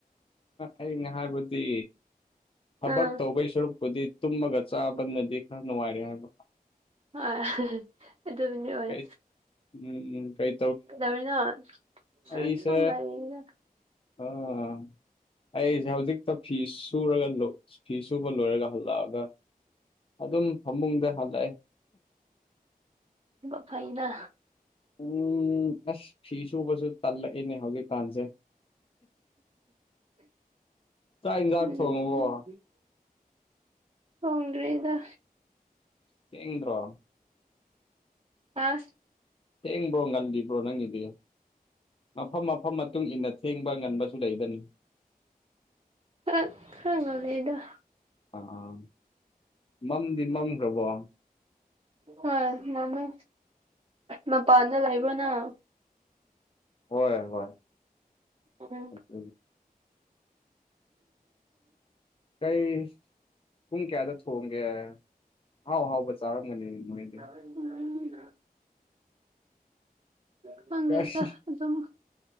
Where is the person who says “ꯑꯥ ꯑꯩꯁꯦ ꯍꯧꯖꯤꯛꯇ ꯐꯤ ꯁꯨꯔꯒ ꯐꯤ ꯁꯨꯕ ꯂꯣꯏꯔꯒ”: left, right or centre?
Left